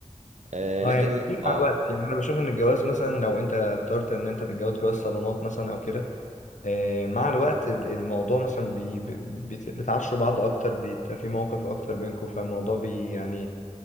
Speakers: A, on the right; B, on the left.
A: آه،
B: أه
A: لكن
B: يعني إيه
A: اه
B: مع الوقت يعني أنا بشوف إن الجواز مثلا لو أنت اخترت إن أنت تتجوز جواز صالونات مثلا أو كده آه، مع الوقت ال- الموضوع مثلا بي بي- بت- بتعشوا بعض أكتر بيبقى في مواقف أكتر بينكم فالموضوع بي يعني